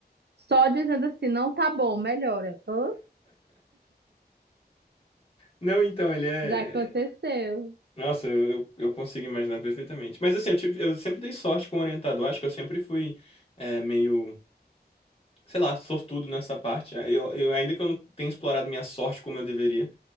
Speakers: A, on the right; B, on the left.
A: só dizendo assim, não tá bom, melhora. Hã?
B: Não, então, ele é.
A: Já aconteceu.
B: Nossa, eu, eu eu consigo imaginar perfeitamente. Mas assim, eu, tive, eu sempre dei sorte com o orientador, acho que eu sempre fui é, meio, sei lá, sortudo nessa parte. Eu, eu, ainda que eu não tenha explorado minha sorte como eu deveria,